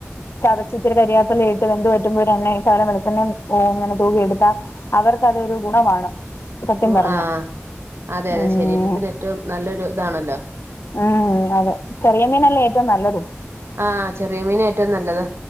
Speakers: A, on the left (about 70°); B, on the right (about 70°).
A: ചതച്ച് ഇച്ചിരി കരിയാപ്പലേം ഇട്ട് വെന്ത് പറ്റുമ്പോൾ ഒര് എണ്ണ ശകലം വെളിച്ചെണ്ണ ഓ ഇങ്ങനെ തൂകിയെടുത്താ അവർക്കതൊരു ഗുണമാണ് സത്യം
B: ഗു
A: പറഞ്ഞാ
B: ആ അതെ അതെ
A: ഉം
B: ശരീരത്തിന് ഏറ്റവും നല്ലൊരു ഇതാണല്ലോ
A: ഉം അതെ ചെറിയ മീനല്ലേ ഏറ്റവും നല്ലതും
B: ആ ചെറിയ മീൻ ഏറ്റവും നല്ലത്